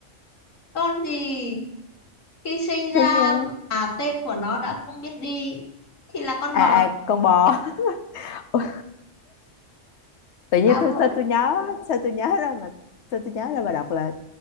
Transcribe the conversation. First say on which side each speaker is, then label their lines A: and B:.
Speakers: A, on the left; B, on the left.
A: con gì khi sinh ra
B: xin ra
A: mà tên của nó đã không biết đi thì là con bò
B: à à con bò <laughs> Ủa, tự
A: đã
B: nhiên tôi
A: mỗi
B: sao tôi nhớ sao tôi nhớ ra mà sao tôi nhớ ra mà đọc là